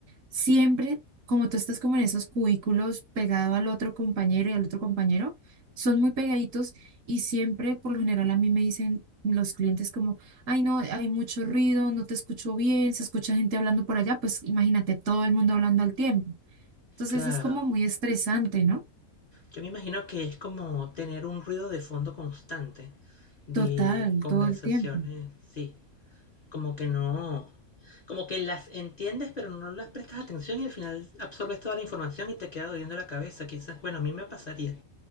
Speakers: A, on the right (about 70°); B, on the left (about 40°).
A: siempre, como tú estás como en esos cubículos pegado al otro compañero y al otro compañero, son muy pegaditos y siempre, por lo general, a mí me dicen los clientes como, ay, no, hay mucho ruido, no te escucho bien, se escucha gente hablando por allá, pues imagínate todo el mundo hablando al tiempo. Entonces
B: claro.
A: es como muy estresante, ¿no?
B: Yo me imagino que es como tener un ruido de fondo constante de
A: Total,
B: conversaciones,
A: todo el tiempo.
B: sí. como que no, como que las entiendes pero no las prestas atención y al final absorbes toda la información y te queda doliendo la cabeza. Quizás, bueno, a mí me pasaría.